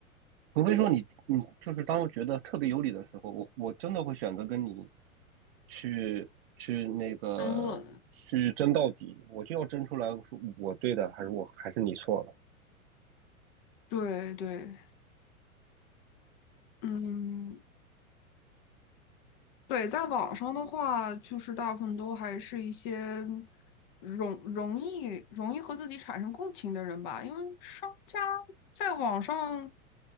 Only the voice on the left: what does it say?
争论。
对对，嗯，对，在网上的话，就是大部分都还是一些容容易容易和自己产生共情的人吧，因为商家在网上